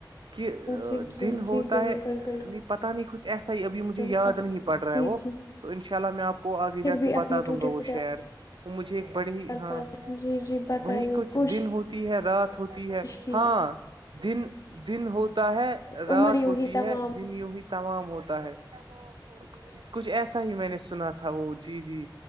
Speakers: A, on the right; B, on the left.
A: کہ
B: جی جی
A: دن ہوتا
B: جی بالکل
A: ہے
B: بالکل
A: نہیں پتا نہیں کچھ ایسا ہی ابھی مجھے
B: بالکل
A: یاد نہیں پڑ رہا ہے
B: جی
A: وہ
B: جی
A: تو ان شاء اللہ میں آپ کو آگے
B: پھر
A: جا
B: بھی
A: کے
B: اپنی
A: بتا دوں
B: ٹوٹے
A: گا وہ
B: پھوٹے
A: شہر وہ مجھے ایک بڑی
B: حال
A: ہاں
B: پر جی جی بتائیے
A: وہی کچھ
B: کوشش
A: دن ہوتا ہے رات ہوتی ہے
B: کیجیے
A: ہاں دن دن ہوتا ہے رات
B: عمر یوں
A: ہوتی
B: ہی تمام
A: ہے دن یوںی تمام ہوتا ہے ب بی ہے کچھ ایسا ہی میں نے سنا تھا وہ جی جی